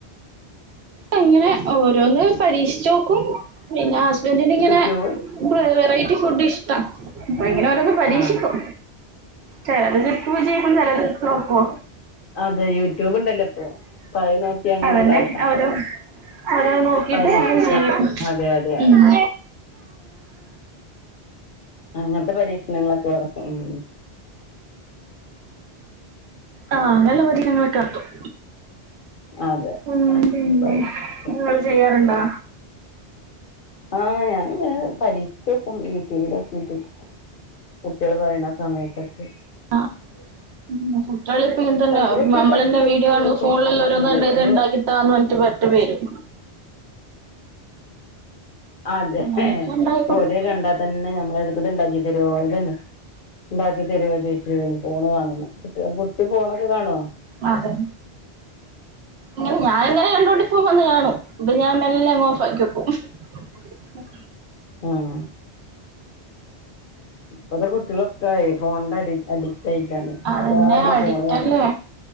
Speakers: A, on the right (about 75°); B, on the left (about 55°).
A: അങ്ങനെ ഓരോന്ന് പരീക്ഷിചോക്കും <unintelligible> ബെന്റിനിങ്ങനെ ഇങ്ങനെ
B: യൂട്യൂബ്
A: ബ്രെ വെറൈറ്റി ഫുഡ്‌ ഫുഡിഷ് ട്ടാ അങ്ങനെ ഓരോന്ന് പരീക്ഷിക്കും
B: ആഹ്
A: ചെലത് കിട്ടും വിജയിക്കും ചിലത് തോക്കൊ
B: അതെ യൂട്യൂബ് ഉണ്ടല്ലോ ഇപ്പൊ അപ്പൊ അത് നോക്കി അങ്ങനെ
A: അതന്നെ
B: ഉണ്ടാക്കാം
A: അവര് ഓരോ നോകീട്ട്
B: പരീക്ഷിക്കാം
A: അങ്ങനെ ചെയ്യും
B: അതെ അതെ
A: ഉം
B: അതെ അങ്ങൻത്തെ പരീഷ് പ്രശ്നങ്ങളൊക്കെ ഉം
A: ആഹ് അങ്ങന്ള്ള പരീക്ഷണങ്ങളൊക്കെ നടത്തും
B: അതെ
A: ഉം പിന്നേ
B: പരീക്ഷിക്കാം
A: ങ്ങള് ചെയ്യാറുണ്ട് ആഹ്
B: ആഹ് ഞാനുങ്ങനെ പരീക്ഷിച്ചോക്കും യൂട്യൂബിലോക്കീട്ട് കുട്ടീള് പറീണ സമയത്തൊക്കെ
A: <unintelligible> ക്കളിപ്പ ഇതുന്നെയാ
B: അതൊക്കെതാക്കി
A: നമ്മളന്നെ
B: കൊടുക്കുവായിരിക്കും
A: വീഡിയോ കാണുമ്പോ ഫോണിലെ
B: കുട്ടികള്
A: ല്ലാ ഓരോന്ന് കണ്ട് ഇത്
B: അത്
A: ഇണ്ടാക്കിതാന്ന് പറഞ്ഞിട്ട് വരും
B: അതേ
A: അങ്ങനെയൊക്കെ
B: ഹേ
A: ഉണ്ടാക്കി കൊടുക്കും
B: ഓല് കണ്ടാ തന്നെ ഞമ്മളടുത്ത് ഇത്ണ്ടാക്കി തരോ ഇത്ണ്ടാ ണ്ടാക്കി തെരുവോ ചോയ്ച്ചു ഫോണ് വേണംന്ന് കുട്യാൾകു ഇപ്പ ഫോണൊക്കെ കാണോ
A: അതെ ഇങ്ങനെ ഞാനിങ്ങനെ കണ്ട് പുടി ഇപ്പം വന്ന് കാണും <unintelligible> ഞാൻ മെല്ലെ അങ് ഓഫാക്കി വെക്കും ഉം
B: ഉം ഇപ്പത്തെ കുട്ട്യോളൊ ക്കേ ഫോണിന്റെ അടി അടിക്റ്റ് ആയിട്ടാണ്
A: അതന്നെ
B: എല്ലാരും ഈ
A: അഡിക്റ്റ്
B: ഫോണ് കാണാ
A: അല്ലേ